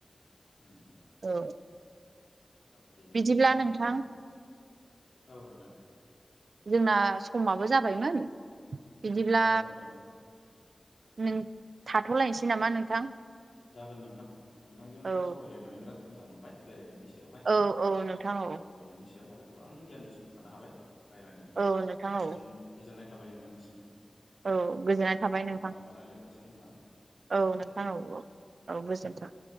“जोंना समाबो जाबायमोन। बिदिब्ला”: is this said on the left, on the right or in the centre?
Right